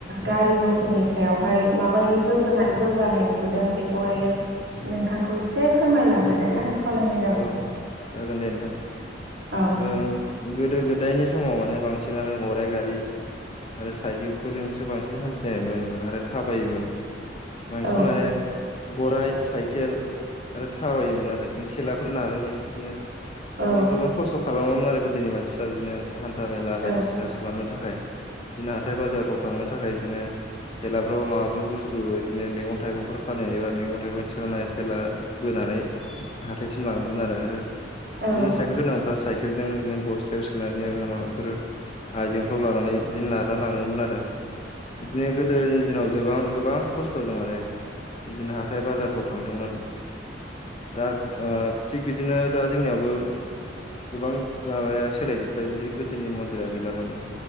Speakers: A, on the right (about 70°); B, on the left (about 35°).
A: गारि मथरनि सायावहाय माबायदि जौगानाय नुबोदों बेखौहायो नोंथांखौ एसे फोरमायलांग्रोनो
B: औ
A: थाखाय
B: औ
A: खावलायनाय जाबाय
B: औ जागोन दे नोंथां।
A: औ
B: ओ गोदो गोदायनि समाव माने बांसिनानो गराइ गारि आरो साइकेलफोरजोंसो बांसिन हान्थिनाय नुनो मोनो आरो थाबायोमोन बांसिन
A: औ
B: माने गराय साइकेल आरो जायोमोन आरो बिदिनो थेलाफोर नारोमोन बिदिनो
A: औ
B: मानि गोबां खसथ' खालामोमोन आरो गोदोनि मानसिफ्रा बिदिनो हान्था मेला बायदिसिना
A: औ
B: खालामनो थाखाय जों हाथाइ बाजारफ्राव थांनो थाखाय बिदिनो थेलाफ्राव माबाफोर बुस्थु बिदिनो मैगं थाइगंफोर फानहनोबा मैगं थाइगं थिखांनानै थेला बोनानै हाथायसिम लाङोमोन आरो आरो बिदिनो
A: औ
B: साइकेल गोनांफ्रा साइकेलजों बिदिनो बस्थायाव सोनानै एबा माबाफोर आइजेंफ्राव लानानै बिदिनो नारना लाङोमोन आरो बिदिनो गोदोनि दिनाव गोबां गोबां खस्थ'जों माने बिदिनो हाथाय बाजारफ्राव थांदोंमोन दा ओ थिग बिदिनो दा जोंनियावबो गोबां माबाया सोलायजोब्बाय बिदिनो गोदोनि मन्दिरा गैला माने